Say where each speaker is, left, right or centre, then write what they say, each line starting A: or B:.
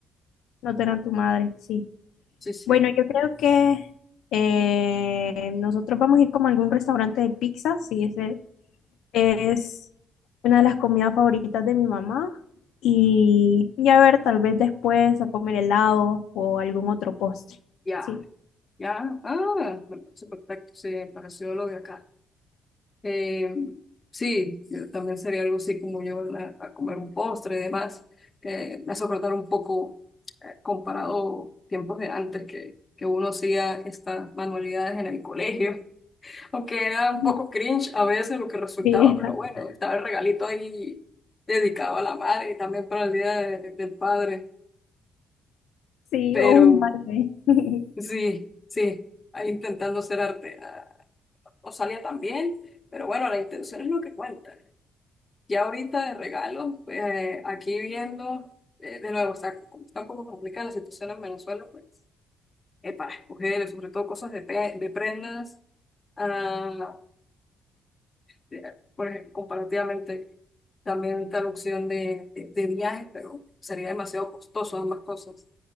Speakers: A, on the left; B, on the left.
A: no tener a tu madre, sí.
B: sí, sí,
A: Bueno, yo creo que eh, nosotros vamos a ir como a algún restaurante de pizza, sí, ese. Es una de las comidas favoritas de mi mamá. Y, y a ver, tal vez después a comer helado o algún otro postre.
B: ya.
A: Sí,
B: Ya, ah, me parece perfecto, sí, me pareció lo de acá. Eh, sí, yo también sería algo así como llevarla a comer un postre y demás. Eh, me hace acordar un poco eh, comparado tiempos de antes que, que uno hacía estas manualidades en el colegio, <laughs> aunque era un
A: Sí,
B: poco cringe a veces lo que resultaba,
A: <laughs>
B: pero bueno, estaba el regalito ahí dedicado a la madre y también para el día de- del padre.
A: sí,
B: Pero
A: o un balde. <laughs>
B: sí, sí, ahí intentando hacer arte. ah, no salía tan bien, pero bueno, la intención es lo que cuenta. Ya ahorita de regalo, pues, eh, aquí viendo, eh, de nuevo, está, está un poco complicada la situación en Venezuela, pues, eh, para escoger, sobre todo cosas de, pe- de prendas, ah, eh, por ejemplo, comparativamente, también está la opción de, de, de viajes, pero sería demasiado costoso ambas cosas.